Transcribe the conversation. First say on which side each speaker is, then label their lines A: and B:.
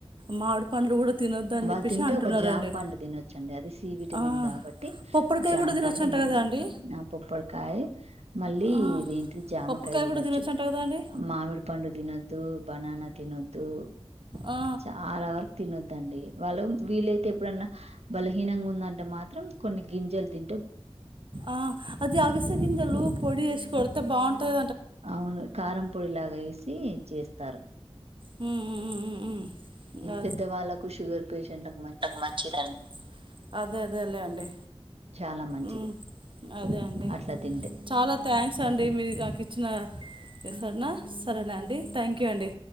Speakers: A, on the right; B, on the right.
A: మామిడి పండ్లు కూడా తినొద్దు అని
B: వాళ్ళు
A: చెప్పేసి
B: తింటే
A: అంటున్నారండి
B: ఒక జామ పండు తినొచ్చండి అది సి విటమిన్
A: ఆ,
B: కాబట్టి
A: పొప్పడికాయ
B: జామ
A: కూడా తినొచ్చంట
B: పండు మంచి
A: కదా అండి
B: ఆ పప్పడి కాయ మళ్ళీ
A: ఆ,
B: ఇది ఏంటిది జామకాయ
A: పొప్పడికాయ
B: తినొచ్చు
A: కూడా తినొచ్చంట కదా అండి
B: మామిడి పండు తినొద్దు బనానా తినొద్దు.
A: ఆ,
B: చాలా వరకు తినొద్దండి వాళ్ళు వీలైతే ఎప్పుడన్న బలహీనంగా ఉందంటే మాత్రం కొన్ని గింజలు తి
A: ఆ అది అవిసాగింజలూ పొడి వేసి కొడితే బాగుంటది.
B: అవును కారం పొడిలాగ చేస్తే. చేస్తారు
A: అదే
B: పెద్దవాళ్ళకు షుగర్ పేషెంట్లకు
A: మంచిదండి అదే అదే లే అండి
B: చాలా మంచిది
A: ఉ అదే అండి
B: అట్లా తింటే
A: చాలా థ్యాంక్స్ అండి మీరు నాకు ఇచ్చి సరెనా సరేనా అండి థ్యాంక్ యూ అండి.